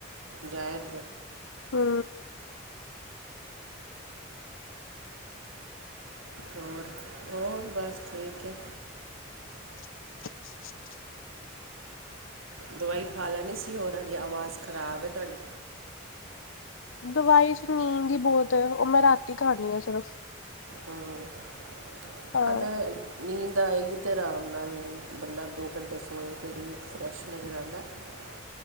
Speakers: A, on the right (about 85°); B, on the left (about 75°).
A: ਜ਼ਾਹਿਰ
B: ਹੂ
A: ਹੋਰ, ਹੋਰ ਬਸ ਠੀਕ ਹੈ।
B: <unintelligible>
A: ਦਵਾਈ ਖਾ ਲੈਣੀ ਸੀ ਹੋਰ, ਹਜੇ ਆਵਾਜ਼ ਖ਼ਰਾਬ ਹੈ ਤੁਹਾਡੀ
B: ਦਵਾਈ ਚ ਨੀਂਦ ਹੀ ਬਹੁਤ ਏ, ਉਹ ਮੈਂ ਰਾਤੀ ਖਾਣੀ ਆ ਸਿਰਫ
A: ਹਾਂ
B: ਹਾਂ
A: ਅਗਰ ਨੀਂਦ ਆਏਗੀ ਤੇ ਆਰਾਮ ਨਾਲ ਬੰਦਾ ਦੋ ਘੰਟੇ ਸੋਏ, ਫਿਰ ਹੀ ਫਰੈਸ਼ ਨਜ਼ਰ ਆਉਂਦਾ <unintelligible>